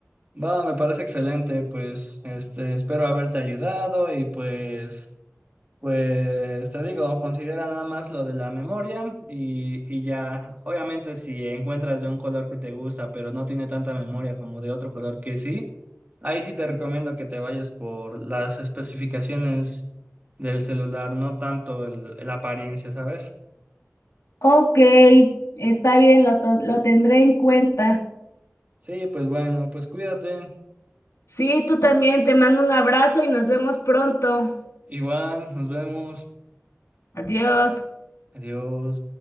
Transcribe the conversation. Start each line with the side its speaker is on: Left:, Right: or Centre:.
Right: Va, me parece excelente, pues este, espero haberte ayudado y pues, pues te digo, considera nada más lo de la memoria y, y ya, obviamente si encuentras de un color que te gusta, pero no tiene tanta memoria como de otro color que sí, ahí sí te recomiendo que te vayas por las especificaciones del celular, no tanto el, la apariencia, ¿sabes?
Left: Ok, está bien, lo, to- lo tendré en cuenta.
Right: Sí, pues bueno, pues cuídate,
Left: Sí, tú también, te mando un abrazo y nos vemos pronto.
Right: igual, nos vemos,
Left: Adiós.
Right: adiós.